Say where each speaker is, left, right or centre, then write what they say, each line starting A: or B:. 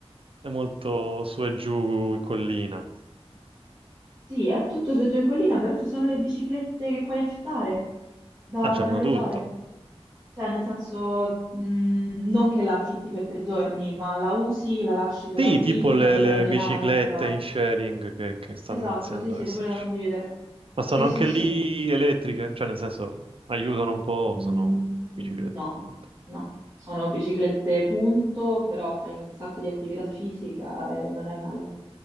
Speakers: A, on the right; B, on the right.
A: è molto su e giù, collina.
B: Sì, è tutto su giù in collina, però ci sono le biciclette che puoi affittare, da
A: Ah, c'hanno
B: da noleggiare.
A: tutto.
B: Cioè, nel senso, mh, non che la affitti per tre giorni, ma la usi, la lasci dove
A: Sì,
B: arrivi,
A: tipo le,
B: poi ne
A: le
B: prendi
A: biciclette
B: un'altra.
A: in sharing che, che stanno
B: Esatto,
A: iniziando
B: sì, sì,
A: ad esserci.
B: da quelle da condividere.
A: Ma sono
B: Sì, sì,
A: anche
B: sì.
A: lì elettriche, cioè nel senso aiutano un po',
B: Mm,
A: sono biciclette,
B: no,
A: punto.
B: no. Sono biciclette punto, però fai un sacco di attività fisica e non è male.